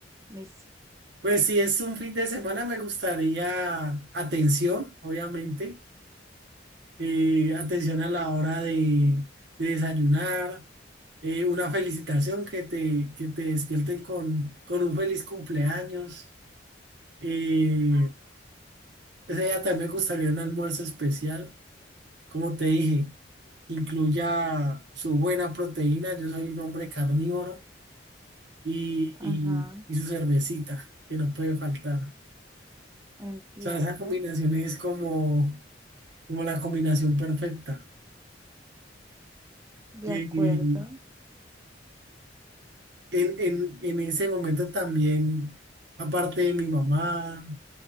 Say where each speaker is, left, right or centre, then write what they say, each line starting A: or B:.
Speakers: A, on the right; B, on the right.
A: listo.
B: Pues si es un fin de semana, me gustaría atención, obviamente eh, atención a la hora de, de desayunar, eh, una felicitación que te, que te despierten con, con un feliz cumpleaños. Eh, ese día también me gustaría un almuerzo especial, como te dije, incluya su buena proteína, yo soy un hombre carnívoro, y,
A: Ajá,
B: y, y su cervecita, que no puede faltar.
A: entiendo,
B: O sea, esa combinación es como, como la combinación perfecta.
A: de
B: y
A: acuerdo.
B: en, en, en ese momento también, aparte de mi mamá,